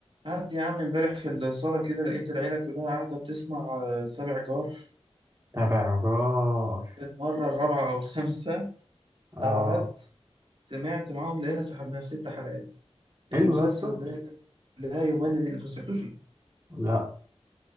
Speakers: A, on the right (about 50°); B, on the right (about 25°).
A: قعد يا عم امبارح في الصالة كده لقيت العيلة كلها قاعدة بتسمع آه، سابع جار
B: تبع جار
A: المرة الرابعة أو الخامسة
B: اه
A: قعدت سمعت معاهم لقينا سحبنا في ست حلقات المسلسل
B: حلو يا اسطى
A: ده لا لا يمل منه أنت ما سمعتوش ولا إيه؟
B: لا